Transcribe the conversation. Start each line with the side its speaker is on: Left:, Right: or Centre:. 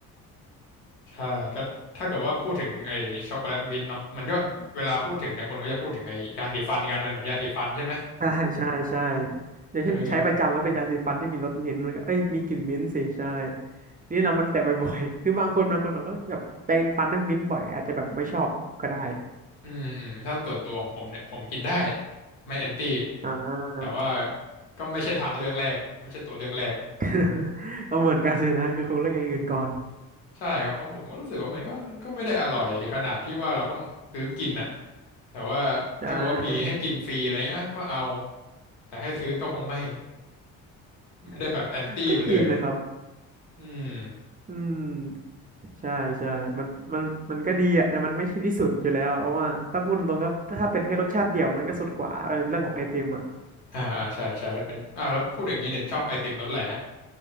Left: ใช่ก็ถ้าเกิดว่าพูดถึงไอ้ช็อกโกแลตมิ้นท์เนาะมันก็เวลาพูดถึงเนี่ยคนก็จะพูดถึงไอ้ยาสีฟันกันมันเหมือนยาสีฟันใช่ไหม
Right: ใช่ใช่ใช่อย่างเช่นใช้ประจำก็เป็นยาสีฟันที่มีรสมิ้นท์มันก็เอ้ยมีกลิ่นมิ้นท์สิใช่
Left: เออ
Right: นี่เรามันแตะบ่อยๆ <laughs> คือบางคนบางคนเขาก็แบบแปรงฟันด้วยมิ้นท์บ่อย อาจจะแบบไม่ชอบก็ได้
Left: อืมอืมถ้าส่วนตัวของผมเนี่ยผมกินได้ไม่แอนตี้
Right: อ่า
Left: แต่ว่าก็ไม่ใช่ทางเลือกแรกไม่ใช่ตัวเลือกแรก
Right: <laughs> ก็เหมือนกันเลยนะ คือคงเลือกอย่างอื่นก่อน
Left: ใช่ครับเพราะผมก็รู้สึกว่ามันก็ก็ไม่ได้อร่อยขนาดที่ว่าเราต้องซื้อกินอะแต่ว่าถ้าเกิดว่ามีให้กินฟรีอะไรเงี้ยก็เอา
Right: ใช่ <laughs>
Left: แต่ให้ซื้อก็คงไม่ไม่ได้แบบแอนตี้ไปเลย
Right: ก็จริงนะครับ
Left: อืม
Right: อืมใช่ใช่มันมันมันก็ดีอะแต่มันไม่ใช่ที่สุดอยู่แล้วอะเพราะว่าถ้าพูดตรงๆก็ถ้าเป็นแค่รสชาติเดียวมันก็สุดกว่าเออเรื่องของไอติมอะ
Left: อ่าอ่าใช่ใช่แล้วเป็นอ่าแล้วพูดอย่างนี้เนี่ยชอบไอติมรสอะไรฮะ